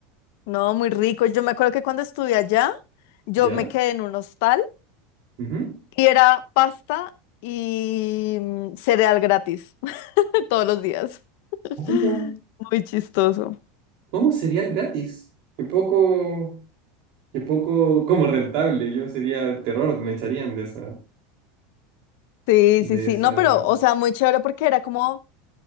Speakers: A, on the left (about 60°); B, on the right (about 50°).
A: No, muy rico. Yo me acuerdo que cuando estudié allá, yo
B: ¿Ya?
A: me quedé en un hostal
B: Ujú.
A: y era pasta y mm, cereal gratis <laughs> todos los días. <laughs>
B: ¿Cómo?
A: Muy chistoso.
B: ¿Cómo cereal gratis? Qué poco, qué poco como rentable. Yo sería terror, me echarían de esa.
A: Sí,
B: de
A: sí, sí.
B: esa...
A: No, pero, o sea, muy chévere porque era como